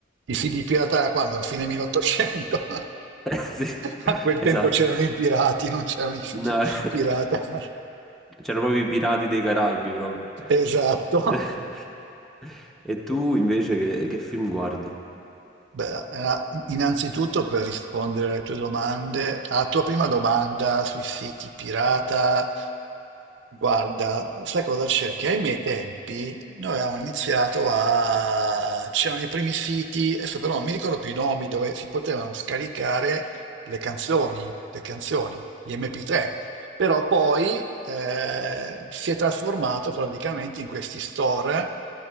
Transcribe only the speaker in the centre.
Eh, Sì,
<laughs>
esatto.
No, <laughs>
C'erano proprio i pirati dei Caraibi, proprio.
<laughs> E tu invece che, che film guardi?